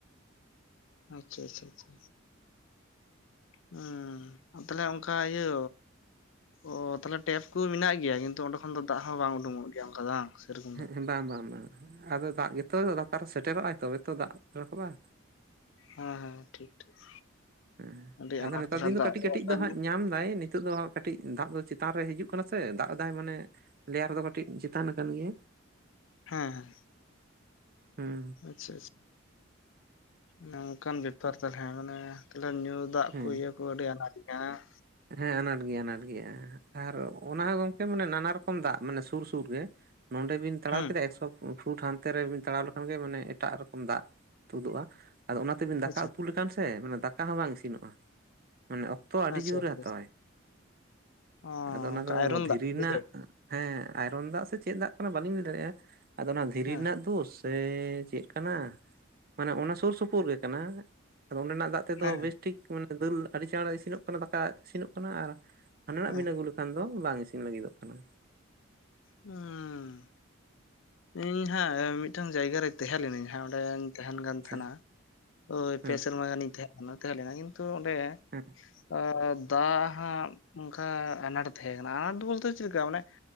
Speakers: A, on the left; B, on the right.
A: ᱟᱪᱪᱷᱟ ᱟᱪᱪᱷᱟ ᱟᱪᱷᱟ ᱦᱩᱸ ᱛᱟᱦᱚᱞᱮ ᱚᱝᱠᱟ ᱤᱭᱟᱹ ᱚ ᱛᱟᱦᱚᱞᱮ ᱴᱮᱯ ᱠᱩ ᱢᱮᱱᱟᱜ ᱜᱮᱭᱟ, ᱠᱤᱱᱛᱩ ᱚᱸᱰᱮ ᱠᱷᱚᱱ ᱫᱚ ᱫᱟᱜ ᱦᱚᱸ ᱵᱟᱝ ᱩᱰᱩᱝᱚᱜ ᱜᱮᱭᱟ ᱚᱱᱠᱟ ᱫᱚ ᱵᱟᱝ? ᱥᱮᱨᱚᱠᱚᱢ ᱫᱚ
B: ᱦᱮ ᱵᱟᱝ ᱵᱟᱝ ᱵᱟᱝ ᱟᱫᱚ ᱫᱟᱜ ᱜᱮᱛᱚ ᱞᱟᱛᱟᱨ ᱥᱮᱴᱮᱨᱚᱜ ᱟᱭ ᱛᱚᱵᱮ ᱛᱚ ᱫᱟᱜ ᱨᱟᱠᱟᱵ-ᱟ
A: ᱦᱮᱸ ᱦᱮᱸ ᱴᱷᱤᱠ ᱴᱷᱤᱠ,
B: ᱦᱮᱸ
A: ᱟᱹᱰᱤ ᱟᱱᱟᱴ
B: ᱟᱫᱚ ᱱᱮᱛᱟᱨ
A: ᱛᱟᱦᱞᱮ
B: ᱫᱤᱱ ᱫᱚ
A: ᱫᱟᱜ
B: ᱠᱟᱹᱴᱤᱡ
A: ᱨᱮᱭᱟᱜ
B: ᱠᱟᱹᱴᱤᱡ
A: ᱦᱮᱸ
B: ᱫᱚ ᱦᱟᱸᱜ ᱧᱟᱢ ᱫᱟᱭ ᱱᱤ ᱛᱩᱜ ᱫᱚ ᱠᱟᱹᱴᱤᱡ ᱫᱟᱜ ᱫᱚ ᱪᱮᱛᱟᱱ ᱨᱮ ᱦᱤᱡᱩᱜ ᱠᱟᱱᱟ ᱥᱮ ᱫᱟᱜ ᱮᱫᱟᱭ ᱢᱟᱱᱮ, ᱞᱮᱭᱟᱨ ᱫᱚ ᱠᱟᱹᱴᱤᱡ ᱪᱮᱛᱟᱱ ᱟᱠᱟᱱ ᱜᱮᱭᱟ ᱾
A: ᱦᱮᱸᱻ
B: ᱦᱮᱸ
A: ᱟᱪᱪᱷᱟ ᱟᱪᱪᱷᱟ, ᱱᱚᱝᱠᱟᱱ ᱵᱮᱯᱟᱨ ᱛᱟᱞᱦᱮ ᱢᱟᱱᱮ ᱛᱟᱦᱚᱞᱮ ᱧᱩ ᱫᱟᱜ
B: ᱦᱮᱸ
A: ᱠᱚ ᱤᱭᱟᱹ ᱠᱚ ᱟᱹᱰᱤ ᱟᱱᱟᱴ ᱜᱮᱭᱟ ᱾
B: ᱦᱮᱸ ᱟᱱᱟᱴ ᱜᱮᱭᱟ ᱟᱱᱟᱴ ᱜᱮᱭᱟ ᱟᱨ ᱚᱱᱟ ᱦᱚᱸ ᱜᱚᱝ ᱠᱮ ᱢᱟᱱᱮ ᱱᱟᱱᱟ ᱨᱚᱠᱚᱢ ᱫᱟᱜ ᱢᱟᱱᱮ ᱥᱩᱨ ᱥᱩᱨ ᱜᱮ ᱱᱚᱸᱰᱮ ᱵᱤᱱ ᱛᱟᱲᱟᱣ
A: ᱦᱩᱸ
B: ᱠᱮᱫᱟ ᱮᱠᱥᱚ ᱯᱷᱩᱴ ᱦᱟᱱᱛᱮ ᱨᱮᱵᱮᱱ ᱛᱟᱲᱟᱣ ᱞᱮᱠᱷᱟᱱ ᱜᱮ ᱢᱟᱱᱮ ᱮᱴᱟᱜ ᱨᱚᱠᱚᱢ ᱫᱟᱜ ᱛᱩᱫᱩᱜ-ᱟ᱾ ᱟᱫᱚ ᱚᱱᱟ ᱛᱮᱵᱤᱱ ᱫᱟᱠᱟ
A: ᱟᱪᱪᱷᱟ
B: ᱩᱛᱩ ᱞᱮᱠᱷᱟᱱ ᱥᱮ ᱢᱟᱱᱮ ᱫᱟᱠᱟ ᱦᱚᱸ ᱵᱟᱝ ᱤᱥᱤᱱᱚᱜᱼᱟ᱾ ᱢᱟᱱᱮ ᱚᱠᱛᱚ ᱟᱰᱤ
A: ᱟᱪᱪᱷᱟ
B: ᱡᱳᱨᱮ
A: ᱟᱪᱪᱷᱟ
B: ᱦᱟᱛᱟᱣᱟᱭ
A: ᱚ
B: ᱟᱫᱚ ᱚᱱᱟ
A: ᱚᱱᱠᱟ
B: ᱫᱚ
A: ᱟᱭᱨᱚᱱ
B: ᱫᱷᱤᱨᱤ
A: ᱫᱟᱜ ᱠᱚ
B: ᱨᱮᱱᱟᱜ
A: ᱦᱮᱸᱥᱮ
B: ᱦᱮᱸ ᱟᱭᱨᱚᱱ ᱫᱟᱜ ᱥᱮ ᱪᱮᱫ ᱫᱟᱜ ᱠᱟᱱᱟ ᱵᱟᱞᱤᱧ ᱞᱟᱹᱭ ᱫᱟᱲᱮᱭᱟᱜᱼᱟ᱾ ᱟᱫᱚ ᱚᱱᱟ ᱫᱷᱤᱨᱤ
A: ᱦᱮᱸ
B: ᱨᱮᱱᱟᱜ ᱫᱳᱥ ᱥᱮ ᱪᱮᱫ ᱠᱟᱱᱟ᱾ ᱢᱟᱱᱮ ᱚᱱᱟ ᱥᱩᱨ ᱥᱩᱯᱩᱨ ᱜᱮ ᱠᱟᱱᱟ, ᱟᱫᱚ ᱚᱰᱮᱱᱟᱜ ᱫᱟᱜ ᱛᱮᱫᱚ
A: ᱦᱮᱸ
B: ᱵᱮᱥ ᱴᱷᱤᱠ ᱢᱟᱱᱮ ᱫᱟᱹᱞ ᱟᱹᱰᱤ ᱪᱟᱸᱬ ᱤᱥᱤᱱᱚᱜ ᱠᱟᱱᱟ ᱫᱟᱠᱟ ᱤᱥᱤᱱᱚᱜ ᱠᱟᱱᱟ ᱟᱨ ᱦᱟᱰᱮᱱᱟᱜ
A: ᱦᱮᱸ
B: ᱵᱤᱱ ᱟᱹᱜᱩ ᱞᱮ ᱠᱷᱟᱱ ᱫᱚ ᱵᱟᱝ ᱤᱥᱤᱱ ᱞᱟᱹᱜᱤᱫᱚᱜ ᱠᱟᱱᱟ᱾
A: ᱩᱸ ᱤᱧ ᱦᱟᱸᱜ ᱢᱤᱫᱴᱟᱝ ᱡᱟᱭᱜᱟ ᱨᱮ ᱛᱟᱦᱮ ᱞᱮᱱᱤᱧ ᱦᱟᱸᱜ ᱚᱸᱰᱮᱧ ᱛᱟᱦᱮᱱ ᱠᱟᱱ
B: ᱟᱪᱪᱷᱟ
A: ᱛᱟᱦᱮᱱᱟ᱾ ᱳᱭ
B: ᱦᱮᱸ
A: ᱯᱮ ᱥᱮᱨᱢᱟ ᱜᱟᱱᱤᱧ ᱛᱟᱦᱮ ᱠᱟᱱᱟ ᱛᱟᱦᱮᱞᱮᱱᱟ ᱠᱤᱱ ᱛᱩ ᱚᱰᱮ
B: ᱦᱮᱸ
A: ᱚ ᱫᱟᱜ ᱦᱟᱸᱜ ᱚᱱᱠᱟ ᱟᱱᱟᱴ ᱛᱟᱦᱮ ᱠᱟᱱᱟ᱾ ᱟᱱᱟᱴ ᱵᱚᱞᱛᱮ ᱪᱮᱫ ᱞᱮᱠᱟ ᱢᱟᱱᱮ